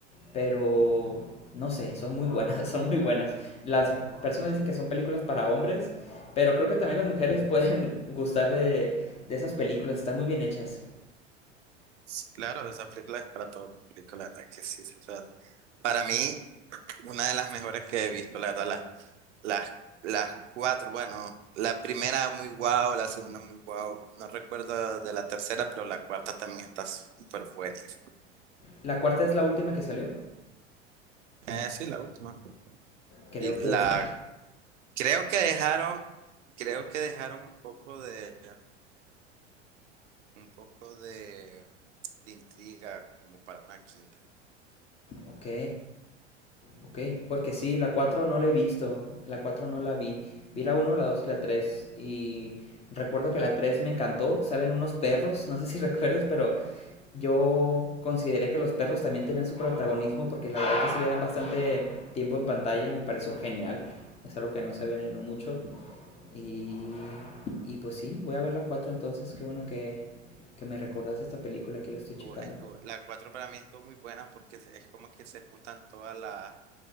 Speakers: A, on the left; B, on the right.
A: pero no sé, son muy buenas, <laughs> son muy buenas. Las personas dicen que son películas para hombres, pero creo que también las mujeres <laughs> pueden gustar de, de esas películas, están muy bien hechas.
B: Sí, claro, esa película es para todo público, la verdad que sí. O sea, para mí, una de las mejores que he visto, la verdad, las, las, las cuatro, bueno, la primera muy guau, la segunda muy guau. No recuerdo de la tercera, pero la cuarta también está súper buenísima.
A: La cuarta es la última que salió,
B: Eh, sí, la última.
A: creo
B: Y
A: que
B: la
A: esa.
B: Creo que dejaron, creo que dejaron un poco de, un poco de, de intriga como para una quinta.
A: Ok, ok, porque sí, la cuatro no la he visto, la cuatro no la vi. Vi la uno, la dos y la tres, y recuerdo que la tres me encantó, salen unos perros, <laughs> no sé si recuerdas, pero Yo consideré que los perros también tienen su protagonismo porque la verdad que sí le dan bastante tiempo en pantalla, me pareció genial. Es algo que no se ve mucho. Y, y pues sí, voy a ver la 4 entonces. Qué bueno que, que me recordaste esta película, aquí la estoy
B: Estuvo-
A: checando.
B: estuvo- la cuatro para mí estuvo muy buena porque es es como que se juntan todas las,